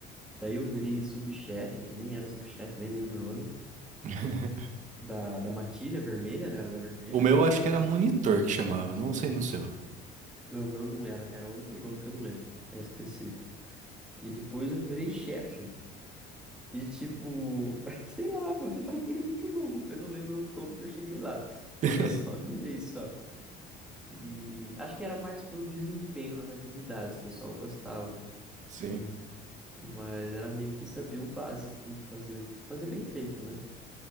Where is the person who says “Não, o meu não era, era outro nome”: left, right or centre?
Centre